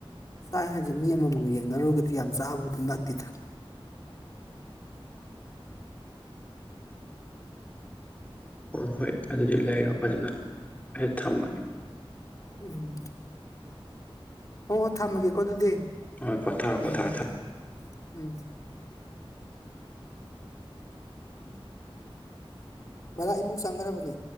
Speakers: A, on the left; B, on the left.
A: ꯆꯥꯏ ꯍꯥꯏꯁꯦ ꯃꯤ ꯑꯃꯃꯒ ꯌꯦꯡꯅꯔꯨꯔꯒꯗꯤ ꯌꯥꯝ ꯆꯥꯕꯕꯨꯗꯤ ꯅꯠꯇꯦꯗ
B: ꯍꯣꯏ ꯍꯣꯏ ꯑꯗꯨꯗꯤ ꯂꯩꯔꯣ ꯐꯖꯅ ꯑꯩ ꯊꯝꯃꯒꯦ
A: ꯎꯝ ꯍꯣꯏ ꯍꯣꯏ ꯊꯝꯃꯒꯦꯀꯣ ꯑꯗꯨꯗꯤ
B: ꯍꯣꯏ ꯄꯣꯊꯥꯔꯣ
A: ꯎꯝ
B: ꯄꯣꯊꯥꯔꯣ
A: ꯎꯝ
B: ꯊꯝ
A: ꯎꯝ <inaudible> ꯕꯂꯥ ꯏꯃꯨꯡ ꯆꯪꯈ꯭ꯔꯕꯅꯤ